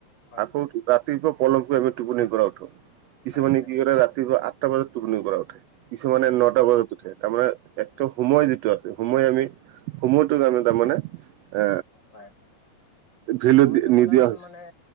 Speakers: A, on the left; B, on the right.
A: হয়
B: আকৌ
A: হয়
B: উঠো ৰাতিপুৱা পলমকৈ আমি টোপনিৰ পৰা উঠো কিছুমানে
A: হয় হয়
B: কি ৰাতিপুৱা আঠটা বজাত টোপনিৰ পৰা উঠে, কিছুমানে
A: হয়
B: নটা বজাত উঠে। তাৰমানে
A: হয়
B: একটো সময় যিটো আছে, সময় আমি সময়টোক আমি তাৰমানে এ
A: হয়। আমাৰটো
B: ভেলু নিদিয়া
A: পালন
B: হৈছে
A: মানে